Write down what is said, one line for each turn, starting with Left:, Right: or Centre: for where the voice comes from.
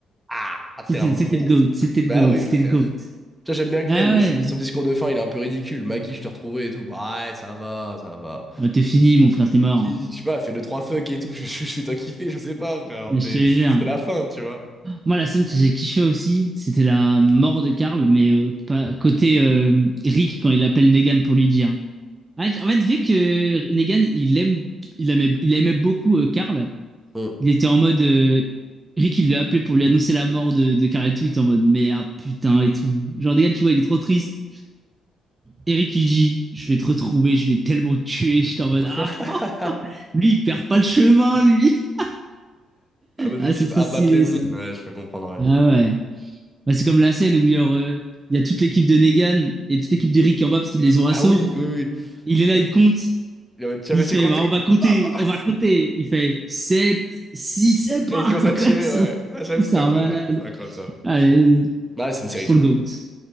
Centre: ah, ah,
Right: C'était
Centre: t'es un monstre.
Right: c'était le GOAT. C'était le
Centre: Bah
Right: GOAT.
Centre: oui,
Right: C'était
Centre: frère.
Right: le GOAT.
Centre: Tu vois, j'aime bien Glenn,
Right: Ah
Centre: mais
Right: ouais.
Centre: son son discours de fin, il est un peu ridicule. Maggie, je te retrouvais et tout. Bah ouais, ça va, ça va.
Right: Bah, t'es fini, mon frère. T'es mort.
Centre: Qui-
Right: hein.
Centre: Je sais pas, fait deux, trois fuck et tout. <laughs> Je, je, je fais t'en kiffer, je sais pas, frère.
Right: Je
Centre: T'es-
Right: te
Centre: C'était
Right: jure.
Centre: la fin, tu vois.
Right: Moi, la scène que j'ai kiffé aussi, c'était la mort de Karl, mais euh, pas, côté euh, Rick quand il appelle Negan pour lui dire. En fait, en fait, vu que Negan, il aime, il aimait, il aimait beaucoup euh, Karl,
Centre: Hmm.
Right: il était en mode. euh, Rick, il lui a appelé pour lui annoncer la mort de, de Karl et tout, il était en mode merde, putain et tout. Genre, Negan, tu vois, il est trop triste. Et Rick, il dit, je vais te retrouver, je vais tellement te tuer. J'étais
Centre: <laughs>
Right: en mode, ah, <laughs> lui, il perd pas le chemin, lui. <laughs>
Centre: Un objectif
Right: Ah, c'est trop
Centre: abattre
Right: stylé,
Centre: l'ennemi.
Right: ça.
Centre: Ouais, je peux comprendre, ouais.
Right: Ah ouais. Bah, c'est comme la scène où il y a, euh, il y a toute l'équipe de Negan et toute l'équipe d'Eric qui est en bas parce qu'ils les ont assaut.
Centre: Ah oui, oui, oui.
Right: Il est là,
Centre: Et,
Right: il compte.
Centre: il est en mode, tu
Right: Il
Centre: as laissé
Right: fait,
Centre: compter.
Right: bah, on va
Centre: Et
Right: compter,
Centre: bam
Right: on va compter. Il fait 7, 6, c'est pas.
Centre: Et il commence
Right: <laughs>
Centre: à tirer,
Right: Quoi, ça-
Centre: ouais. Là, j'avoue,
Right: c'est
Centre: c'était
Right: un
Centre: incroyable.
Right: malade.
Centre: C'était incroyable ça.
Right: Allez,
Centre: Ouais, c'est une série
Right: c'est trop
Centre: de fous.
Right: le GOAT.